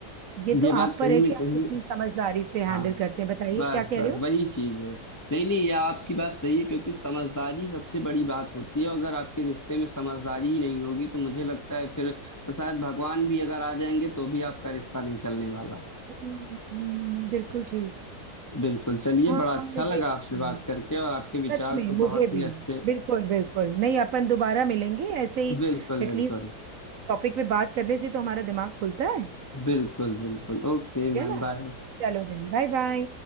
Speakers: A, on the right (about 60°); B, on the left (about 20°).
A: ये तो
B: ये
A: आप
B: बात कहीं
A: पर है कि
B: ना
A: आप
B: कहीं
A: कितनी समझदारी से हैंडल
B: हाँ
A: करते हैं बताइए
B: बस
A: क्या कह
B: बस
A: रहे हो
B: वही चीज है नहीं नहीं यह आपकी बात सही है क्योंकि समझदारी सबसे बड़ी बात होती है अगर आपके रिश्ते में समझदारी ही नहीं होगी तो मुझे लगता है फिर शायद भगवान भी अगर आ जाएंगे तो भी आपका रिश्ता नहीं चलने वाला
A: हम्म, हम्म, बिल्कुल ठीक
B: बिल्कुल चलिए
A: हाँ
B: बड़ा अच्छा लगा
A: ये तो
B: आपसे बात
A: है।
B: करके और आपके विचार
A: सच में
B: तो
A: मुझे
B: बहुत
A: भी
B: ही अच्छे
A: बिल्कुल बिल्कुल नहीं अपन दोबारा मिलेंगे ऐसे ही
B: बिल्कुल
A: एटलीस्ट
B: बिल्कुल
A: टॉपिक पे बात करने से तो हमारा दिमाग खुलता है
B: बिल्कुल बिल्कुल Okay
A: है
B: ma'am
A: ना
B: bye
A: चलो बहन बाय बाय